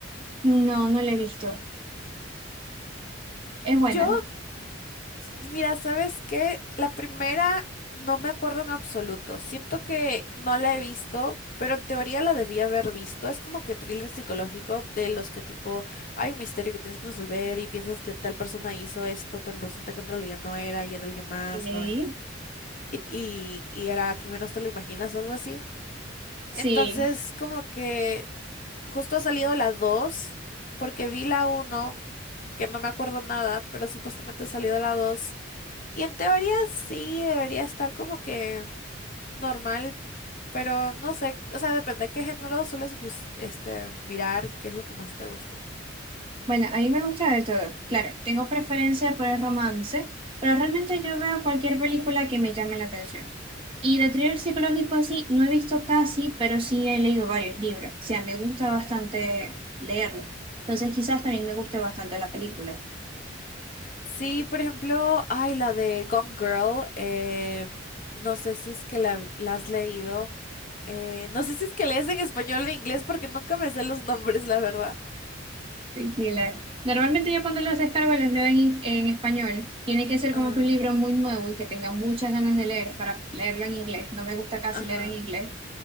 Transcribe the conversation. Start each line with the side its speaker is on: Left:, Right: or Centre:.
Right: No, no la he visto. ¿Es buena?
Left: Yo Mira, ¿sabes qué? La primera no me acuerdo en absoluto. Siento que no la he visto, pero en teoría la debía haber visto. Es como que thriller psicológico de los que tipo hay un misterio que tienes que resolver y piensas que tal persona hizo esto, pero resulta que en realidad no era y era alguien más,
Right: Ok.
Left: ¿no? Y, y, y era quien menos te lo imaginas o algo así.
Right: Sí.
Left: Entonces, como que justo ha salido la 2 porque vi la uno que no me acuerdo nada, pero supuestamente ha salido la 2. Y en teoría sí debería estar como que normal, pero no sé, o sea, depende de qué género sueles bus- este mirar, qué es lo que más te gusta.
Right: Bueno, a mí me gusta de todo. Claro, tengo preferencia por el romance, pero realmente yo veo cualquier película que me llame la atención. Y de thriller psicológico así, no he visto casi, pero sí he leído varios libros. O sea, me gusta bastante leerlo. Entonces quizás también me guste bastante la película.
Left: Sí, por ejemplo, ay, la de Gone Girl, eh, no sé si es que la, la has leído, eh, no sé si es que lees en español o en inglés porque nunca me sé los nombres, la verdad.
Right: Tranquila. Normalmente yo cuando los descargo los leo en, en español. Tiene que ser
Left: Ajá,
Right: como que un libro muy nuevo y que tenga muchas ganas de leer para leerlo en inglés. No me gusta casi
Left: ajá,
Right: leer en inglés.